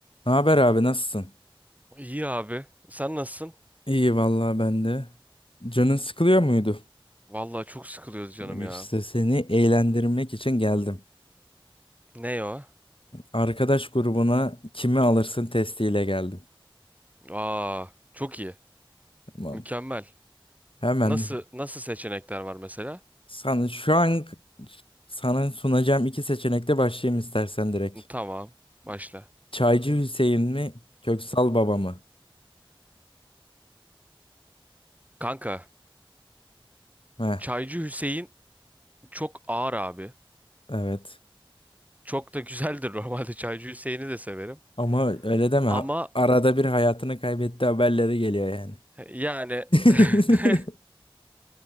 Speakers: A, on the left; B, on the right.
A: Ne haber abi nasılsın?
B: İyi abi. Sen nasılsın?
A: İyi vallahi ben de. Canın sıkılıyor muydu?
B: Vallahi çok sıkılıyoruz canım
A: İşte
B: ya.
A: seni eğlendirmek için geldim.
B: Ne o?
A: Arkadaş grubuna kimi alırsın testiyle geldim.
B: Aa, çok iyi.
A: Tamam.
B: Mükemmel.
A: Hemen
B: Nasıl nasıl seçenekler var mesela?
A: sana şu an sana sunacağım iki seçenekle başlayayım istersen direkt.
B: Tamam, başla.
A: Çaycı Hüseyin mi, Köksal Baba mı?
B: Kanka,
A: Heh,
B: Çaycı Hüseyin çok ağır abi.
A: evet.
B: Çok da güzeldir <laughs> normalde Çaycı Hüseyin'i de severim.
A: Ama öyle deme.
B: Ama
A: Arada bir hayatını kaybetti haberleri geliyor yani.
B: yani <laughs>
A: <laughs>